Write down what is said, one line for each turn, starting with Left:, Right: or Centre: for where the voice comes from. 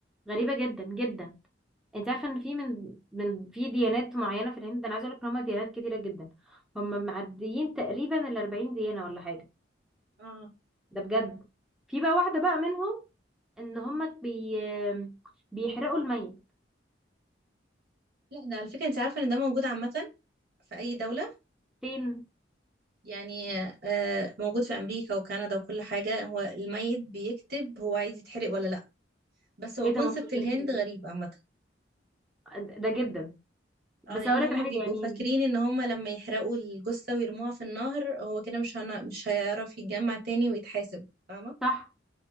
Centre: غريبة جدا جدا انت عارفه ان في من من في ديانات معينه في الهند انا عايزه اقول لك ان هم ديانات كتيره جدا هم معديين تقريبا ال 40 ديانه ولا حاجه
Right: اه
Centre: ده بجد في بقى واحده بقى منهم ان هم بي بيحرقوا الميت
Right: لا ده على فكرة انت عارفة ان ده موجود عامة في اي دولة
Centre: فين
Right: يعني آه، موجود في أمريكا وكندا وكل حاجة هو الميت بيكتب هو عايز يتحرق ولا لأ بس هو
Centre: ايه
Right: كونسبت
Centre: ده ما تهزريش
Right: الهند
Centre: دي
Right: غريب عامة
Centre: ده ده جدا
Right: اه
Centre: بس
Right: لأن
Centre: اقول
Right: هم
Centre: لك حاجه
Right: بيبقوا
Centre: يعني
Right: فاكرين إن هم لما يحرقوا الجثة ويرموها في النهر هو كده مش هن... مش هيعرف يتجمع تاني ويتحاسب فاهمة
Centre: صح